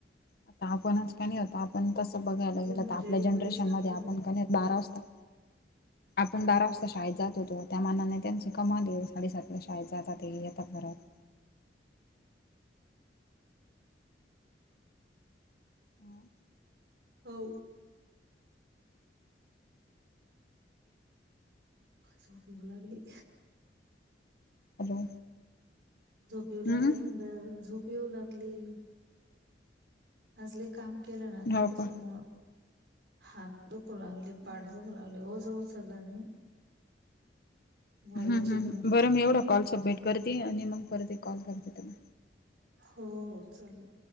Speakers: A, on the left (about 60°); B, on the right (about 70°).
A: आता आपणच काणी आपण तसं बघायला
B: ते
A: गेलं
B: म्हणलं
A: तर आपल्या
B: रेडीमेडच
A: जनरेशन
B: लागतं
A: मध्ये आपण
B: म्हण
A: का नाही बारा वाजता, आपण बारा वाजता शाळेत जात होतो त्या मानाने त्यांची कमाल, साडेसात ला शाळेत जाता ते येतात परत, ह
B: हो झोप येऊ लागली.
A: हॅलो!
B: झोप
A: हम्म
B: येऊ लागली म्हणलं, झोप येऊ लागली. आज लय काम केलं ना ग
A: हो
B: त्यांच्यामुळे
A: का.
B: हात दुखु लागले
A: हम्म
B: त. पाठ
A: हम्म.
B: दुखू लागली, ओझ उचल मी वाळूची
A: हम्म हम्म,
B: घेऊन
A: बरं मी एवढा कॉल सबमिट करती आणि मग परत एक कॉल करते तुम्हाला.
B: हो हो चालेल.